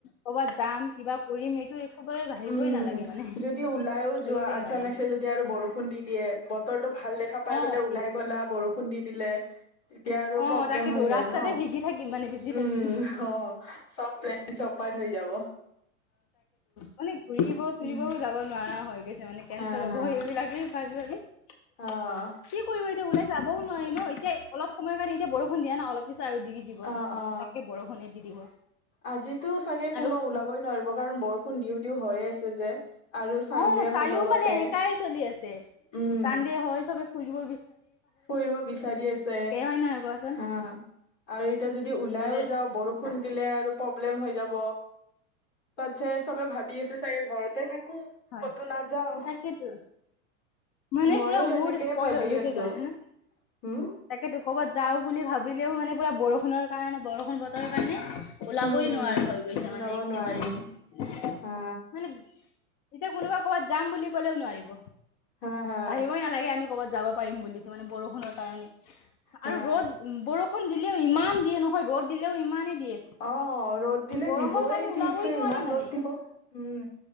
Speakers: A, on the left; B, on the left.
A: কৰ'বাত যাম কিবা কৰিম এইটো একেবাৰে ভাবিবই
B: উম,
A: নালাগে মানে
B: যদি ওলাইও
A: কৰিবই
B: যোৱা অচানকছে
A: নোৱাৰি
B: যদি আৰু বৰষুণ দি দিয়ে বতৰটো ভাল দেখা পাই
A: অ
B: বোলে ওলাই গ'লা বৰষু খুন্দি দিলে এতিয়া আৰু
A: অ
B: প্ৰব্লেম
A: তাকেতো
B: হৈ যায়
A: ৰাস্তাতে
B: ন,
A: ভিগি থাকিম মানে ভিজি
B: উম
A: থাকিম
B: অঁ চব প্লেন চপাত হৈ যাব।
A: বুলি ফুৰিব চুৰিবও
B: উম
A: যাব নোৱাৰা হয়। তাৰমানে কেঞ্চেল
B: হা
A: হ'ব
B: হা
A: স এইবিলাকেই ভাবি ভাবি। কি
B: অ
A: কৰিব এতিয়া ওলাই যাবও নোৱাৰি ন। তে অলপ, সময়ৰ কাৰনে এতিয়া বৰষুণ দিয়া নাই অলপ আৰু দি-দি দিব প
B: অ অ
A: তাকে বৰষুণে দি দিব।
B: আজিতো চাগে কোনো
A: আৰু
B: ওলাবই নোৱাৰিব। কাৰণ বৰষুণ দিওঁ-দিওঁ হয়েই আছে যে। আৰু চানডে
A: অ' চাৰিওফালে
B: হয় লগতে
A: এনেকাই চলি আছে
B: উম
A: চান্দে হয় চবে খুজিব,
B: ফুৰিব বিচাৰি আছে
A: হয় নহয় কোৱাচোন
B: হ আৰু এতিয়া যদি ওলাইও
A: দিবলে
B: যাওঁ বৰষুণ দিলে আৰু প্ৰব্লেম হৈ যাব। তাতছে চবে ভাবি আছে চাগে ঘৰতে থাকি
A: হয়
B: কতো নাযাও
A: তাকেতো মানে
B: ময়ো
A: পুৰা
B: তেনেকেই
A: মুড স্পইল
B: ভাবি
A: হৈ গৈছে
B: আছো।
A: জানেনে
B: হম
A: তাকেতো ক'বাত যাওঁ বুলি ভাবিলেও মানে পূৰা বৰষুণৰ কাৰণে বৰষুণ বতৰৰ কাৰণে। ওলাবই
B: উম উম
A: নোৱাৰা হৈ গৈছে
B: ওলাব
A: মানে একেবাৰে
B: নোৱাৰি হা
A: মানে। ক'ৰবাত যাম বুলি ক'লেও নোৱাৰিব।
B: হা হা
A: ভাবিবই নালাগে আমি ক'ৰবাত যাব পাৰিম বুলি কি মানে বৰষুণৰ কাৰণে আৰু
B: হা
A: ৰ'দ বৰষুণ দিলেও ইমান দিয়ে নহয় ৰ'দ দিলেও ইমানেই দিয়ে
B: অ' ৰ'দ দিলে
A: গৰমৰ
B: দিবই
A: কাৰণে ওলাবই
B: ঠিকছে
A: নোৱাৰি
B: ইমান
A: মানে।
B: ৰ'দ দিব। উম।